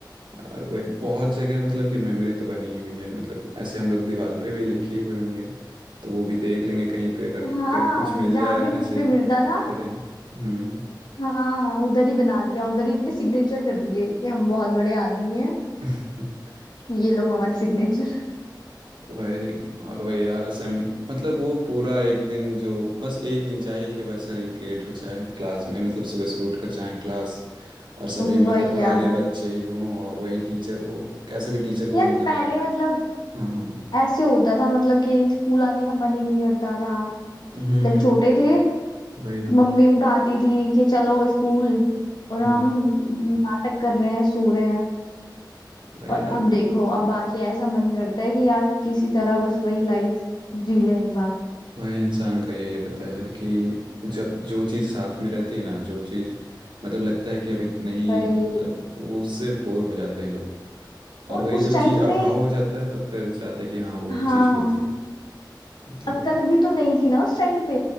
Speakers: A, on the right; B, on the left.
A: यार वही बहुत जगह मतलब कि मेमोरी तो बनी ही हुई है मतलब ऐसे हम लोग दीवार पे भी लिखी हुए होंगे तो वो भी देख लेंगे कहीं पे अगर
B: हाँ
A: कभी कुछ मिल
B: जहाँ
A: जाए
B: भी कुछ
A: ऐसे
B: भी
A: ही सडन
B: मिलता था
A: हम्म
B: हाँ उधर ही बना दिया उधर ही अपने सिग्नेचर कर दिए कि हम बहुत बड़े आदमी हैं
A: <laughs>
B: ये लो हमारे सिग्नेचर
A: वही और वही यार असेंबली मतलब वो पूरा एक दिन जो बस एक दिन चाहिए कि वैसा रिक्रिएट हो जाए क्लास में मतलब सुबह सुबह उठ कर जाए क्लास और सभी
B: वही
A: मतलब पुराने
B: यार
A: बच्चे ही हों और वही टीचर हो कैसे भी टीचर को
B: यार
A: वो मना
B: पहले
A: लेंगे
B: मतलब
A: हाँ हाँ
B: ऐसे होता था मतलब कि स्कूल आने का मन ही नहीं करता था
A: हम्म
B: जब छोटे थे
A: वही ना
B: मम्मी उठाती थी कि चलो स्कूल और
A: हम्म
B: हम नाटक कर रहे हैं सो रहे हैं
A: भाई
B: और
A: यार
B: अब देखो अब आके ऐसा मन करता है कि यार किसी तरह बस वही लाइफ जी लें एक बार
A: भाई इंसान का यही रहता है यार कि जब जो चीज़ साथ में रहती है ना जो चीज़ मतलब लगता है कि अभी नहीं
B: वही
A: मतलब तो वो उससे बोर हो जाते हैं लोग और
B: और
A: वही
B: उस
A: जब
B: टाइम
A: चीज़ अभाव
B: पे
A: हो जाता है तो फिर चाहते हैं कि हाँ वो
B: हाँ
A: चीज़ होती तो
B: अक्ल
A: लोग
B: भी तो नहीं थी ना उस टाइम पे